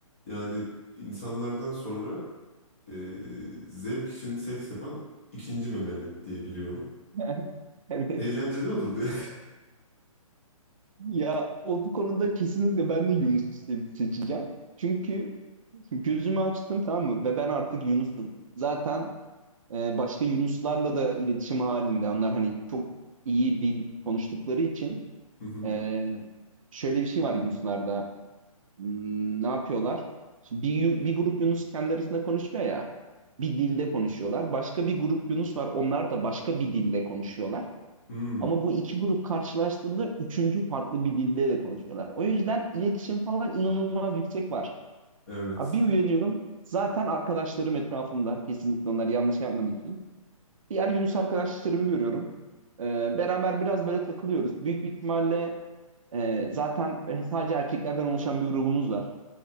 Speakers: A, on the left; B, on the right.
A: yani insanlardan sonra e, zevk için seks yapan ikinci memeli diye biliyorum.
B: <laughs> Evet.
A: Eğlenceli olur diye.
B: Ya o konuda kesinlikle ben de Yunus'u se- seçeceğim. Çünkü gözümü açtım tamam mı? Ve ben artık Yunus'um. Zaten e, başka Yunuslarla da iletişim halinde. Onlar hani çok iyi dil konuştukları için
A: <laughs> Hı hı.
B: Ee, şöyle bir şey var Yunuslarda. Hmm, ne yapıyorlar? Şimdi bir, yu- bir grup Yunus kendi arasında konuşuyor ya. Bir dilde konuşuyorlar. Başka bir grup Yunus var. Onlar da başka bir dilde konuşuyorlar.
A: Hmm,
B: Ama bu iki grup karşılaştığında üçüncü farklı bir dilde de konuşuyorlar. O yüzden iletişim falan inanılmaz yüksek var.
A: evet.
B: Abi bir uyanıyorum. Zaten arkadaşlarım etrafımda. Kesinlikle onlar yanlış yapmadığı için. Diğer Yunus arkadaşlarımı görüyorum. Ee, beraber biraz böyle takılıyoruz. Büyük bir ihtimalle ee, zaten e, sadece erkeklerden oluşan bir grubumuz var.